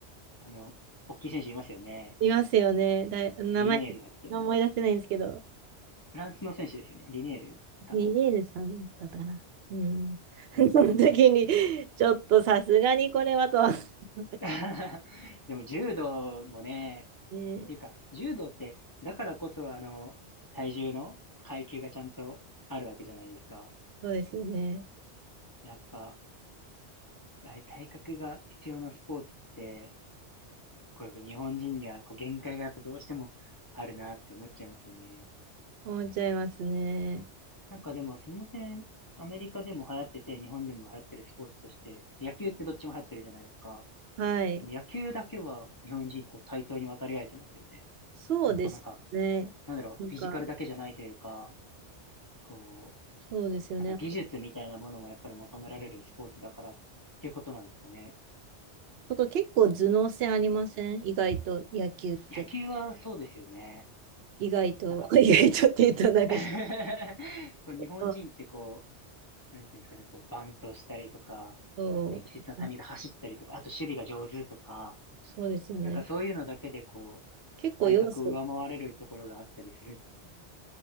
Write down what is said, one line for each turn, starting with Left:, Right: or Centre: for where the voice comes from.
Left: あの、大きい選手いますよね。
Right: いますよね。だ、名前、
Left: リネールだっけな。
Right: 思い出せないんですけど、
Left: フランスの選手ですよね。リネールかな。
Right: ニエルさんだったかな。うん。
Left: あの、
Right: <laughs> その時に、ちょっとさすがにこれはと。<laughs>
Left: <laughs> でも柔道もね、
Right: ね、
Left: っていうか、柔道って、だからこそあの、体重の階級がちゃんとあるわけじゃないですか。
Right: そうですよね。
Left: やっぱ、あれ体格が必要なスポーツって、こうやっぱ日本人にはこう限界がやっぱどうしてもあるなって思っちゃいますよね。
Right: 思っちゃいますね。
Left: なんかでもその点、アメリカでも流行ってて、日本でも流行ってるスポーツとして、野球ってどっちも流行ってるじゃないですか。
Right: はい。
Left: 野球だけは日本人こう対等に渡り合えてますよね。
Right: そうですね。
Left: こうなんか、なんだろう、
Right: なんか、
Left: フィジカルだけじゃないというか、こう、
Right: そうですよね。
Left: なんか技術みたいなものもやっぱり求められるスポーツだからっていうことなんですかね。
Right: だから結構頭脳戦ありません意外と野球って。
Left: 野球はそうですよね。
Right: 意外と、
Left: なんか
Right: <laughs> 意外とって言うとなんかし、
Left: <laughs> こう日本人ってこ
Right: あ
Left: う、なんていうんですかね、こうバントしたりとか、
Right: そう、
Left: 適切なタイミングで走ったりとか、あと守備が上手とか、
Right: そうですよね。
Left: なんかそういうのだけでこう、
Right: 結構要素
Left: 体格を上回れるところがあったりするんですよね。